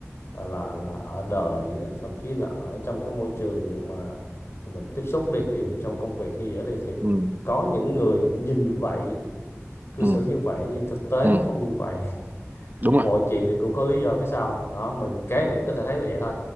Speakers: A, on the left; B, on the right.
A: à, là là ở đời á, thậm chí là ở trong cái môi trường mà mình tiếp xúc đi ví dụ như trong công việc hay gì đó đi thì
B: ừ
A: có những người nhìn vậy cư
B: ừ,
A: xử như vậy nhưng thực tế
B: ừ.
A: nó không như vậy
B: đúng rồi
A: mọi chuyện thì cũng có lý do phía sau đó mình cái mình có thể thấy là vậy thôi